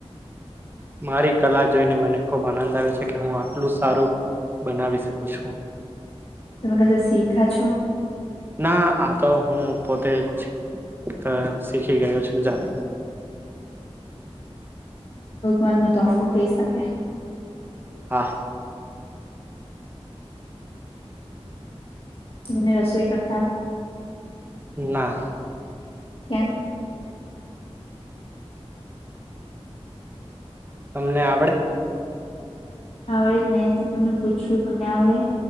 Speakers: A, on the right; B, on the left.
A: મારી કલા જોઈને મને ખુબ આનંદ આવે છે, કે હું આટલું સારું બનાવી શકુ છું.
B: તમે કશે શીખા છો
A: ના આ તો હું પોતે જ ક શીખી ગયો છુ જાતે
B: <inaudible> ભગવાનનો તોફો કહી શકે.
A: હા.
B: તમને રસોઈ કર
A: ના.
B: કેમ?
A: તમને આવડે?
B: આવડે જ ને તમને પૂછું તમને આવડે?